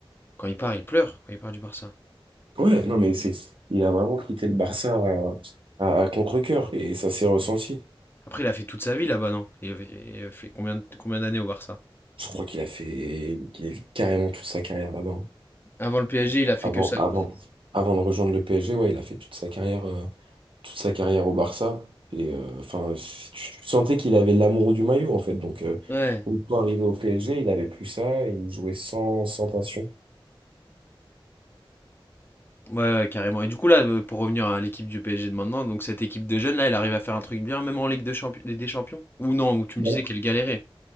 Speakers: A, on the left; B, on the right.
A: quand il part, il pleure quand il part du Barça.
B: Ouais, non, mais c'est, il a vraiment quitté le Barça à, à, à contre-cœur et ça s'est ressenti.
A: Après, il a fait toute sa vie là-bas, non? Il, avait- il a fait combien, de- combien d'années au Barça?
B: Je crois qu'il a fait, qu'il a fait carrément toute sa carrière là-bas. hein.
A: Avant le PSG, il a fait
B: Avant,
A: que ça,
B: avant,
A: quoi.
B: avant de rejoindre le PSG, ouais, il a fait toute sa carrière. euh, toute sa carrière au Barça. Et euh, enfin, tu tu sentais qu'il avait l'amour du maillot, en fait. Donc, euh,
A: Ouais.
B: donc, quand arrivé au PSG, il avait plus ça et il jouait sans, sans passion.
A: Ouais, ouais, carrément. Et du coup, là, euh, pour revenir à l'équipe du PSG de maintenant, donc cette équipe de jeunes là, elle arrive à faire un truc bien, même en Ligue de Champions, des Champions? Ou non, où tu
B: Voilà.
A: me disais qu'elle galérait.